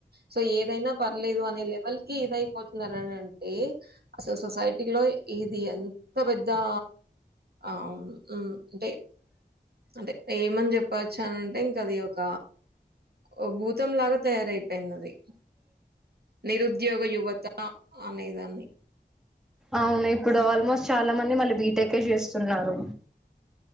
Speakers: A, on the right; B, in the centre.
A: సో ఏదైనా పర్లేదు అనే లెవెల్ కి ఇదయిపోతున్నరనినంటే, అసలు సొసైటీ లో ఇది ఎంత బద్ ద్దా ఆం ఉం టే అంటే ఏమని చెప్పచ్చు అనంటే ఇంకా అది ఒక, ఒ భూతం లాగా తయారయిపెందిదది నిరుద్యోగ యువత ఆ అనేదాన్ని
B: అవును ఇప్పుడు ఆల్మోస్ట్ చాలా మంది మళ్ళీ బీటెకే చేస్సున్నారు.